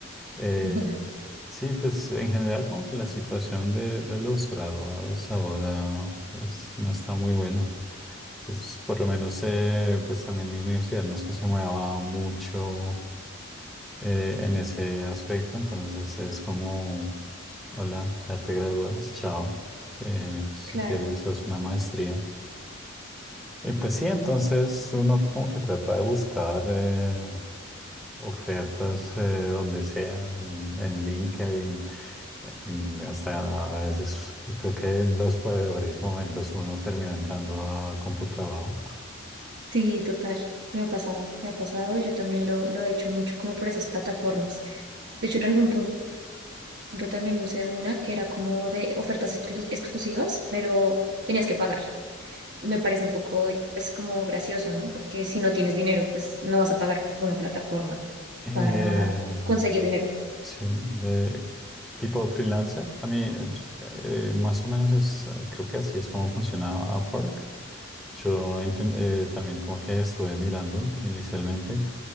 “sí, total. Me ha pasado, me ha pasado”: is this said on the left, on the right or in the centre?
Right